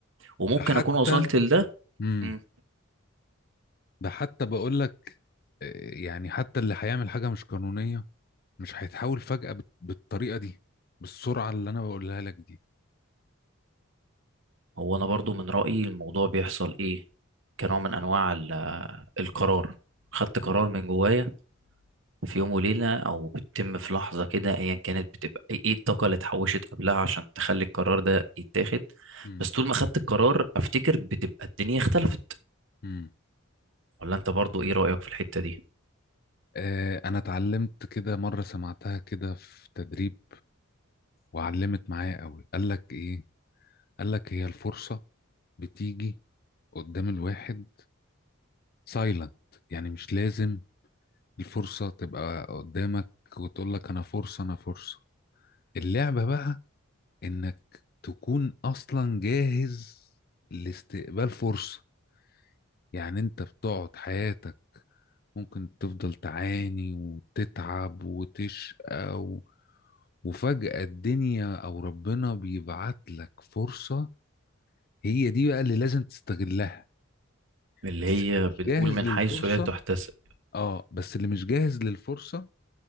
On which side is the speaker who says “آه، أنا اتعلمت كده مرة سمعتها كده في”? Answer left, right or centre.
Left